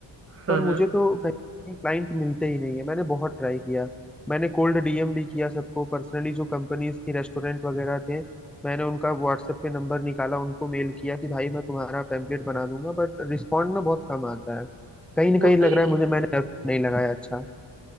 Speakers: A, on the right; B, in the centre.
A: हाँ
B: पर मुझे
A: हाँ
B: तो कहीं क्लाइंट मिलते ही नहीं है मैंने बहुत ट्राई किया मैंने कोल्ड डीएम भी किया सबको पर्सनली जो कंपनीज थी रेस्टोरेंट वगैरह थे मैंने उनका व्हाट्सएप पे नंबर निकाला उनको मेल किया कि भाई मैं तुम्हारा पैम्पलेट बना दूंगा बट रिस्पॉन्ड ना बहुत कम आता है कहीं ना
A: वो
B: कहीं लग
A: नहीं
B: रहा है मुझे मैंने effort नहीं लगाया अच्छा